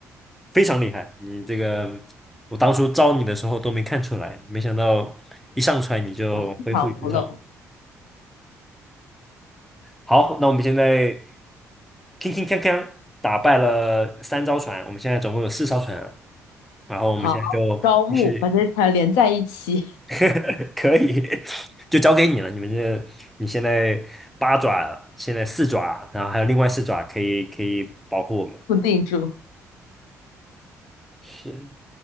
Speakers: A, in the centre; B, on the left (about 65°).
A: 非常厉害，你这个我当初招你的时候都没看出来，没想到一上船你就恢复原状。
B: 马场不漏。
A: 好，那我们现在铿铿锵锵打败了三艘船，我们现在总共有四艘船了，然后我们现在就
B: 好，招募把这些船连在一起，
A: <laughs> 继续，<laughs> 可以，<laughs> 就交给你了。你们这你现在八爪，现在四爪，然后还有另外四爪可以可以保护我们。
B: <laughs> 固定住。
A: 对，